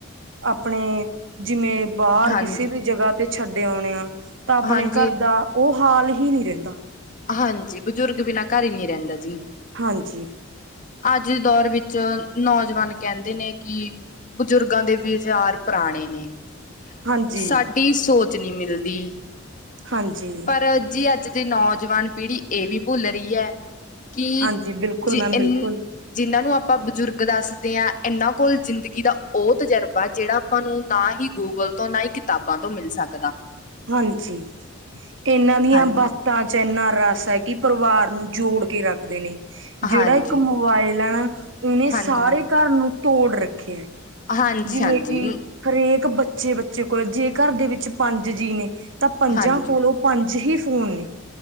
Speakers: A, on the right; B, on the left.
A: ਪਣੇ, ਜਿਵੇਂ ਬੱਰ
B: ਹਾਂਜੀ।
A: ਕਿਸੇ ਵੀ
B: ਹਾਂਜੀ
A: ਜਗਾ ਤੇ ਛੱਡ ਆਉਣੇ ਆ ਤਾਂ ਅਪਣੇ
B: ਹਾਂਜੀ
A: ਘੱਰ ਦਾ ਓ ਹਾਲ ਹੀ ਨੀ ਰੈੰਦਾ
B: ਹਾਂਜੀ, ਬਜ਼ੁਰਗ ਬਿਨਾਂ ਘੱਰ ਈ ਨੀ ਰੈੰਦਾ ਜੀ।
A: ਹਾਂਜੀ।
B: ਅੱਜ ਦੇ ਦੌਰ ਵਿੱਚ ਨੌਜਵਾਨ ਕੈੰਦੇ ਨੇ ਕਿ ਬਜ਼ੁਰਗਾਂ ਦੇ ਵੀਚਾਰ ਪਰਾਣੇ ਨੇ
A: ਹਾਂਜੀ
B: ਸਾਡੀ ਸੋਚ ਨੀ ਮਿਲਦੀ
A: ਹਾਂਜੀ
B: ਪਰ ਜੀ ਅੱਜ ਦੀ ਨੌਜਵਾਨ ਪੀੜ੍ਹੀ ਏ ਵੀ ਭੁੱਲ ਰੀ ੲੈ ਕਿ
A: ਹਾਂਜੀ ਬਿਲਕੁਲ
B: ਜੇ
A: ਮੈਮ
B: ਏਨ
A: ਬਿਲਕੁਲ
B: ਜਿਨਾਂ ਨੂੰ ਆਪਾਂ ਬਜ਼ੁਰਗ ਦੱਸਦੇ ਆਂ ਏਨਾਂ ਕੋਲ ਜ਼ਿੰਦਗੀ ਦਾ ਓ ਤਜਰਬਾ ਜੇੜਾ ਆਪਾਂ ਨੂੰ ਨਾ ਹੀ ਗੂਗਲ ਤੋ ਨਾ ਹੀ ਕਿਤਾਬਾਂ ਤੋਂ ਮਿਲ ਸਕਦਾ
A: ਹਾਂਜੀ, ਏਨਾਂ ਦੀਆ
B: ਹਾਂਜੀ
A: ਬੱ ਤਾਂ ਚ ਏਨਾ ਰੱਸ ੲੈ ਕਿ ਪਰਵਾਰ ਨੂੰ ਜੋੜ ਕੇ ਰਖਦੇ ਨੇ ਜੇੜਾ
B: ਹਾਂਜੀ
A: ਏਕ ਮੋਬਾਇਲ ਐ ਨਾ, ਉਨੇ
B: ਹਾਂਜੀ
A: ਸਾਰੇ
B: ਹਾਂਜੀ
A: ਘੱਰ ਨੂੰ ਤੋੜ ਰੱਖੇਐ
B: ਹਾਂਜੀ
A: ਜਿਵੇਂ ਕਿ ਹਰੇਕ ਬੱਚੇ-ਬੱਚੇ ਕੋਲ ਜੇ ਘੱਰ ਦੇ ਵਿੱਚ ਪੰਜ ਜੀ ਨੇ ਤਾਂ ਪੰਜਾਂ
B: ਹਾਂਜੀ
A: ਕੋਲੋ ਪੰਜ ਹੀ ਫੋਨ ਨੇ।